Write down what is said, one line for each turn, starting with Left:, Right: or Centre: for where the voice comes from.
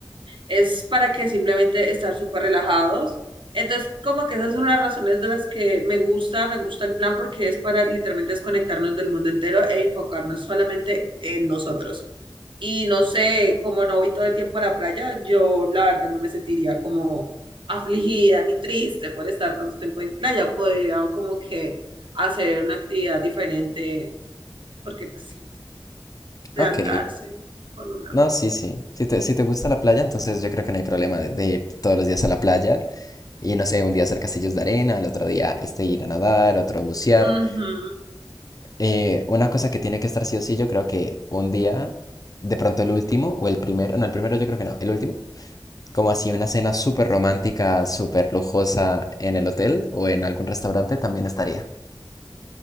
Right: es para que simplemente estar súper relajados. Entonces, como que esas son las razones de las que me gusta, me gusta el plan porque es para literalmente desconectarnos del mundo entero e enfocarnos solamente en nosotros. Y no sé, como no voy todo el tiempo a la playa, yo la verdad no me sentiría como afligida ni triste por estar tanto tiempo en playa. Podría como que hacer una actividad diferente, porque pues sí, levantarse
Left: Ok,
Right: con una.
Left: no, sí, sí. Si te, si te gusta la playa, entonces yo creo que no hay problema de, de ir todos los días a la playa y no sé, un día hacer castillos de arena, el otro día este ir a nadar, otro bucear.
Right: Ujú.
Left: Eh, una cosa que tiene que estar sí o sí, yo creo que un día, de pronto el último o el primero, no, el primero yo creo que no, el último como así una cena súper romántica, súper lujosa en el hotel o en algún restaurante también estaría.